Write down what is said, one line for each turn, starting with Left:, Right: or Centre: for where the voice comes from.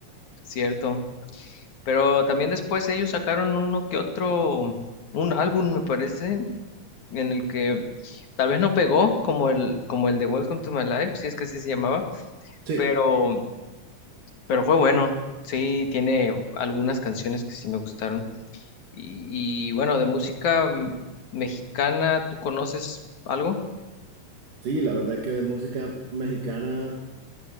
Left: cierto. Pero también después ellos sacaron uno que otro, un álbum me parece, en el que tal vez no pegó como el, como el de Welcome to My Life, si es que así se llamaba
Right: Sí,
Left: pero Pero fue bueno, sí, tiene algunas canciones que sí me gustaron. Y, y, bueno, de música mm, mexicana, ¿tú conoces algo?
Right: sí, la verdad que de música mexicana,